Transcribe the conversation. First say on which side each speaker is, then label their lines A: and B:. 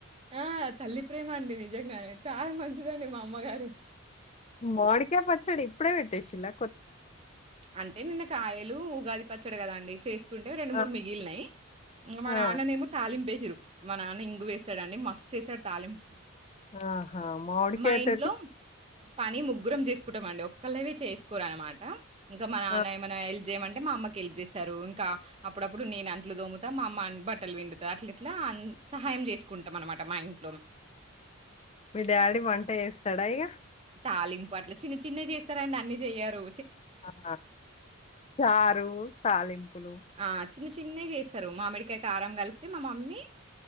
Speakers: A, on the right; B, on the left.
A: ఆ! తల్లి ప్రేమ అండి నిజంగానే చాలా మంచిదండి మా అమ్మగారు
B: మాడి కాయ్ పచ్చడి ఇప్పుడే వేట్టేసిండా
A: అంటే నిన్న కాయలు ఉగాది పచ్చడి కద అండి చేసే తుండే రెండు మూడు
B: ఆ!
A: మిగిల్నాయి ఇగ మా
B: ఆ!
A: నాన్న నేమో తాలిం ప్ వేసిర్రు మా నాన్న ఇంగువ వేస్తాడఅండి మస్తు చేస్తాడు తాలింపు
B: ఆహా మౌడ్ కాయ
A: మా
B: తోటి
A: ఇంట్లో పని ముగ్గురం చేసుకుంటాం అండి ఒక్కళ్ళవి చేసుకోరు అనమాట ఇంకా మ నాన్న
B: ఆహా!
A: ఏమైనా హెల్ప్ చేయమంటే మా అమ్మకి హెల్ప్ చేస్తారు ఇంకా అప్పుడు అప్పుడు నేను అంట్లు తొముతా మా అమ్మ బట్టలు విండుతా అట్లా ఎట్లా అన్ సహాయం చేసుకుంటాం అన్ మాట మా యిన్
B: మీ డాడీ వంట చేస్తాడా అయ్యా
A: తాలింప్ అట్ల చిన్న చిన్నవి చేస్తారండి అన్ని చెయ్యారు
B: ఆ హ చారు తాలింపులు
A: ఆ! చిన్న చిన్నయి చేస్తారు మామిడికాయ కారం కలిపితే మా మమ్మీ